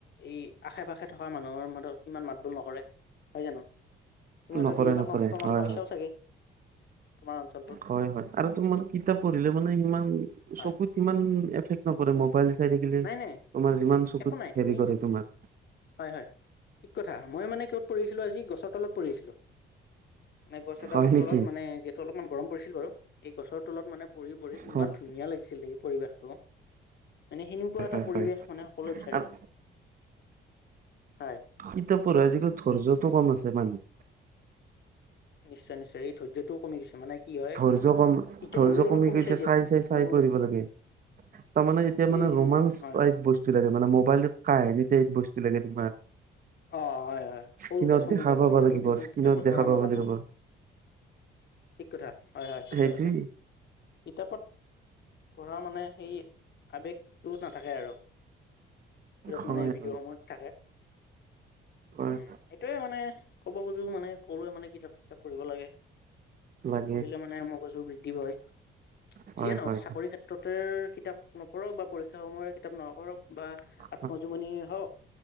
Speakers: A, on the left (about 60°); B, on the right (about 45°).
A: এই আশে পাশে থকা মানুহৰ মাজত ইমান মাত বোল নকৰে হয় জানো? তুমিটো
B: নকৰে
A: দুই এটা
B: নকৰে
A: প্ৰমাণ
B: হয়
A: পাইছাও
B: হয়
A: চাগে, তোমাৰ অঞ্চলটোত?
B: হয় হয় আৰু তুমি মানে কিতাপ পঢ়িলে মানে ইমান
A: হয়
B: চকুত ইমান এফেক্ট নপৰে
A: উম
B: মোবাইল চাই থাকিলে
A: নাই
B: তোমাৰ
A: নাই
B: যিমান চকুত
A: একো নাই তুমি
B: হেৰি কৰে
A: যদি
B: তোমাৰ।
A: হয়, হয় ঠিক কথা মইও মানে ক'ত পঢ়িছিলোঁ আজি গছৰ তলত পঢ়িছিলোঁ। মানে গছ এডাল
B: হয় নেকি
A: তলত মানে অলপমান গৰম পৰিছিল বাৰু এই গছৰ তলত মানে পঢ়ি-পঢ়ি
B: হয়
A: ইমান ধুনীয়া লাগিছিলে এই পৰিৱেশটো। মানে সেনেকুৱা এটা
B: হয়
A: পৰিৱেশ
B: হয়
A: মানে সকলোৱে বিচাৰে
B: আৰু
A: হয়
B: কিতাপ পঢ়াৰ আজিকাল ধৈৰ্যতো কম আছে মানুহৰ।
A: নিশ্চয়, নিশ্চয় এই ধৰ্য্যটোও কমিছে মানে কি হয়
B: ধৈৰ্য্য কম
A: এতিয়া
B: ধৈৰ্য্য
A: মোৰো অলপ
B: কমি
A: কমিছে
B: গৈছে
A: যিহেতু
B: চাই, চাই-চাই
A: মোৰ
B: পঢ়িব লাগে। তাৰমানে এতিয়া মানে
A: উম
B: ৰোমাঞ্চ
A: উম উম। হয়
B: টাইপ
A: হয়
B: বস্তু ব লাগে মানে মোবাইলটো কাহিনী টাইপ বস্তু লাগে তোমাৰ।
A: অ', হয়, হয়
B: স্ক্ৰীনত
A: সৰুকে চমুকে
B: দেখা পাব
A: কৈ দিয়াতো
B: লাগিব
A: কিন্তু
B: স্ক্ৰীনত
A: কিতাপত
B: দেখা
A: পঢ়া
B: পাব
A: মজাতো
B: লাগিব
A: ঠিক কথা হয়, হয়, ঠিকে
B: সেইটোৱে
A: কৈছা কিতাপত পঢ়া মানে সেই আৱেগটো নাথাকে আৰু। য'ত
B: হয়
A: মানে এই ভিডিঅ'সমূহত
B: হয়
A: থাকে।
B: হয়
A: উম, সেইটোয়ে মানে ক'ব খোজো মানে সকলোৱে মানে কিতাপ-চিতাপ পঢ়িব লাগে। কিতাপ
B: লাগে
A: পঢ়িলে মানে মগজু বৃদ্ধি হয়,
B: হয়
A: যিয়ে নহ
B: হয়
A: চাকৰি ক্ষেত্ৰত কিতাপ নপঢ়ক বা পৰীক্ষাসমূহৰ কিতাপ <unintelligible> বা
B: হয়
A: আত্মজীৱনী হওঁক